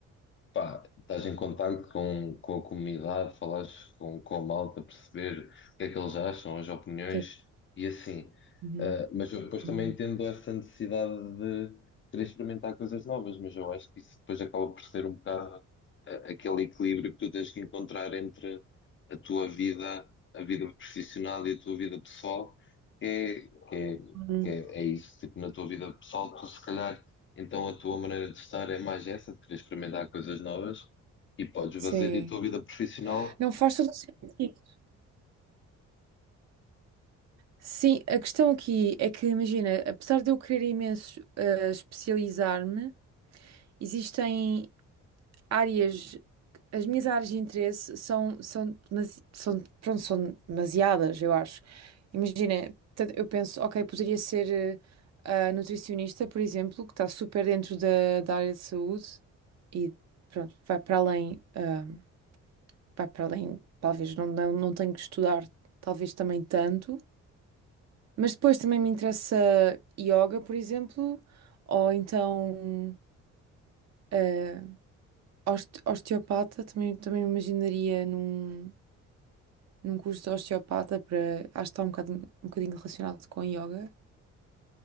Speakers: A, on the left; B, on the right.
A: Pá, estás em contacto com, com a comunidade, falas com, com a malta, perceber o que é que eles acham, as opiniões
B: Sim.
A: e assim.
B: Uhum,
A: Ah, mas eu depois também
B: uhum.
A: entendo essa necessidade de querer experimentar coisas novas, mas eu acho que isso depois acaba por ser um bocado ah, aquele equilíbrio que tu tens que encontrar entre a tua vida, a vida profissional e a tua vida pessoal, que é, que é,
B: Uhum.
A: que é, é isso, tipo, na tua vida pessoal, tu se calhar então a tua maneira de estar é mais essa, de querer experimentar coisas novas e podes
B: Sim.
A: fazer a tua vida profissional.
B: Não faz todo o sentido. Sim, a questão aqui é que, imagina, apesar de eu querer imenso eh, especializar-me, existem áreas, as minhas áreas de interesse são, são, demasi- são, pronto, são demasiadas, eu acho. Imagina, tanto- eu penso, ok, poderia ser eh, a nutricionista, por exemplo, que está super dentro da, da área de saúde e, pronto, vai para além. eh, pá, para além, talvez não, não, não tenho que estudar, talvez também tanto, mas depois também me interessa yoga, por exemplo, ou então eh, oste- osteopata, também, também me imaginaria num, num curso de osteopata para, acho que está um bocado, um bocadinho relacionado com yoga.